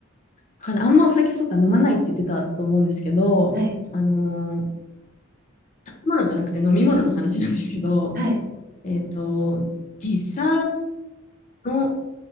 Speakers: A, on the left; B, on the right.
A: かなあんまお酒そっか飲まないって言ってたと思うんですけど、
B: はい。
A: あのー食べ物じゃなくて飲み物の話なんですけど、
B: はい。
A: えっと、時差の